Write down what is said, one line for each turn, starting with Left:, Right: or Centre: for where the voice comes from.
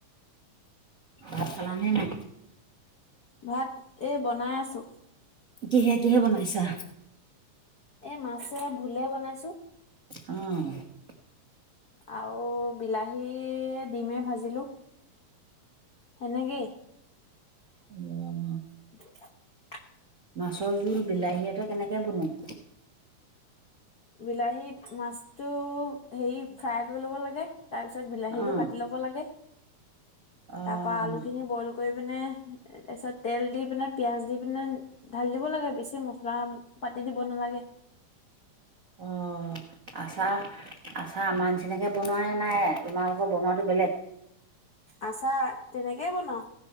Right: ভাত খালা নে নাই?
Left: ভাত এই বনাই আছোঁ।
Right: কিহে কিহে বনাইছা?
Left: এ, মাছে ভুলে বনাইছোঁ।
Right: অ'।
Left: আৰু বিলাহী ডিমে ভাজিলোঁ, সেনেকেই।
Right: উম।
Left: <inaudible>
Right: মাছৰ জোল, বিলাহী এটা কেনেকে বনোৱা?
Left: বিলাহীত মাছটো হেৰি ফ্ৰাই কৰি ল'ব লাগে। তাৰপিছত বিলাহীটো
Right: অ',
Left: কাটি ল'ব লাগে,
Right: অ',
Left: তাৰ পৰা আলুখিনি বইল কৰি পিনে তাৰপিছত তেল দি পিনে, পিয়াঁ‌জ দি পিনে ঢালি দিব লাগে, বেছি মছলা পাতি দিব নালাগে।
Right: অ' আছা আছা আমাৰ তেনেকে বনোৱাে নাই, তোমালোকৰ বনোৱাটো বেলেগ।
Left: আচাৰ তেনেকেই বনাও।